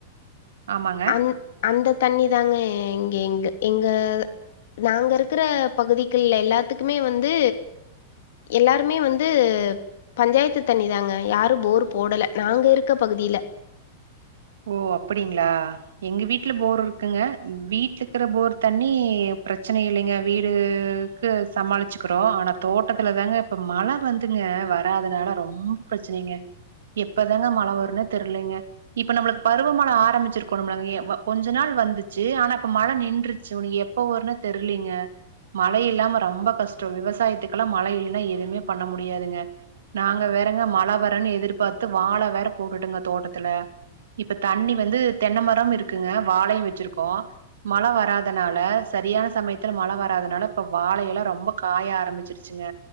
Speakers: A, on the right; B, on the left.
A: ஆமாங்க
B: அந் அந்த தண்ணி தாங்க எங்க எங்க எங்க நாங்க இருக்கிற பகுதிகள்ல எல்லாத்துக்குமே வந்து எல்லாருமே வந்து பஞ்சாயத்து தண்ணிதாங்க யாரு போர் போடல நாங்க இருக்க பகுதியில
A: <inaudible> ஓ அப்படிங்ளா எங்க வீட்ல போர் இருக்குங்க வீட்ல இருக்கிற போர் தண்ணி பிரச்சனை இல்லைங்க வீடுக்கு சமாளிச்சுக்கறோ ஆனா தோட்டத்துல தாங்க இப்ப மழை வந்துங்க வராதுனால ரொம்ப பிரச்சனைங்க எப்பதாங்க மழ வருன்னே தெர்லிங்க இப்ப நம்மளுக்கு பருவமழை ஆரம்பிச்சிருக்கோணும்ளங் அ கொஞ்ச நாள் வந்துச்சு ஆனா இப்ப மழை நின்றுச்சு உன் எப் எப்போ வருன்னே தெர்லிங்க மழை இல்லாம ரொம்ப கஷ்ட விவசாயத்துக்கெல்லா மழை இல்லன்னா எதுமே பண்ண முடியாதுங்க நாங்க வேறங்க மழை வரன் எதிர்பாத்து வாழ வேற போட்டுட்டங்க தோட்டத்துல இப்ப தண்ணி வந்து தென்னை மரம் இருக்குங்க வாழையு வெச்சிருக்கோ மழ வராதனால சரியான சமயத்துல மழ வராதுனால இப்ப வாழையெலா ரொம்ப காய ஆரம்பிச்சிருச்சுங்க